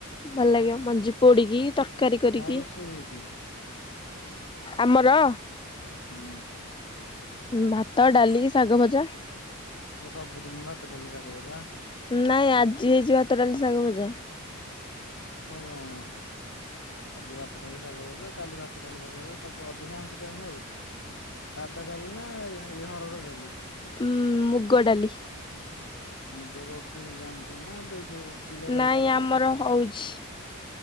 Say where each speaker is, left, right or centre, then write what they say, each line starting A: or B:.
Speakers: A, on the left; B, on the left.
A: ଭଲ ଲାଗିବ ମଞ୍ଜି ପୋଡିକି ତର ତରକାରି କରିକି।
B: କଣ ରୋଷେଇ ହେଇଛି?
A: ଆମର
B: ହୁଁ।
A: ଭାତ, ଡାଲି, ଶାଗ ଭଜା।
B: କ ସବୁ ଦିନ ଭାତ, ଡଲି, ସାଗ ଭଜା?
A: ନାଇଁ ଆଜି ହେଇଚି ଭାତ, ଡାଲି, ଶାଗ ଭଜା।
B: ଓ ହଁ। ଆଜି ଭାତ, ଡାଲି, ଶାଗ ଭଜା କାଲି ଭାତ, ଡାଲି, ଶାଗ ଭଜା ସବୁ ଅଧିକାଂଶ ଟାଇମ ଆଉ। ସାଧା ଡାଲି ନା ହରଡ ଡଲି?
A: ଉଁ ମୁଗ ଡାଲି।
B: ମୁଗ ଗ କିଣି ଆଣୁଛନ୍ତି ନା, ଏବେ ଯୋଉ ବିଲରେ
A: ନାଇଁ
B: ହଉଥିବ ତମର?
A: ଆମର ହଉଛି।